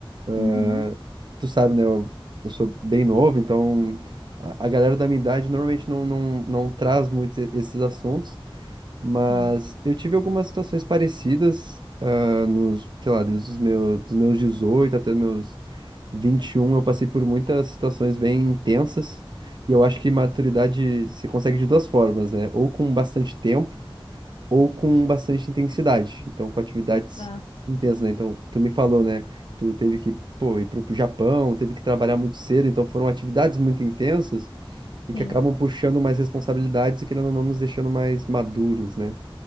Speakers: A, on the left (about 85°); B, on the right (about 55°).
A: Uhum,
B: Ah, Tu sabe, né? Eu, eu sou bem novo, então a, a galera da minha idade normalmente não, não, não traz muito e- esses assuntos, mas
A: sim.
B: eu tive algumas situações parecidas nos, sei lá, desde os meus, dos meus 18 até meus 21, eu passei por muitas situações bem intensas. E eu acho que maturidade se consegue de duas formas, né? Ou com bastante tempo, ou com bastante intensidade. Então, com atividades
A: Exato,
B: intensas, né? Então, tu me falou, né? Tu teve que, pô, ir pro Japão, teve que trabalhar muito cedo. Então, foram atividades muito intensas e
A: sim.
B: que acabam puxando mais responsabilidades e, querendo ou não, nos deixando mais maduros, né?